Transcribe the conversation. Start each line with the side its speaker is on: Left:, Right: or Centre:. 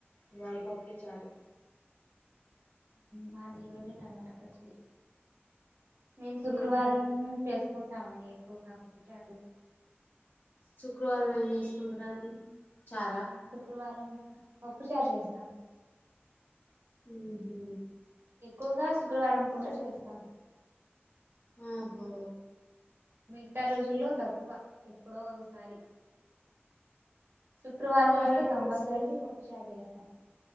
Left: ఇవాళ పప్పు చారు
Right: మాది ఈరోజు టమాట పచ్చడి మేము శుక్రవారం
Left: ఊహూ
Right: చేసుకుంటామండి ఎక్కువగా పప్పు చారు
Left: శుక్రవారం ఏం చేసుకుంటారండి చారా
Right: శుక్రవారం పప్పుచారు చేస్తాం
Left: ఉ హు
Right: ఎక్కువగా శుక్రవారం పూట చేస్తాం
Left: ఆహో
Right: మిగతా రోజుల్లో తక్కువ ఎప్పుడో ఒకసారి శుక్రవారం
Left: వారానికి
Right: వస్తే కంపల్సరీ
Left: ఒకసారి
Right: పప్పు చార చేస్త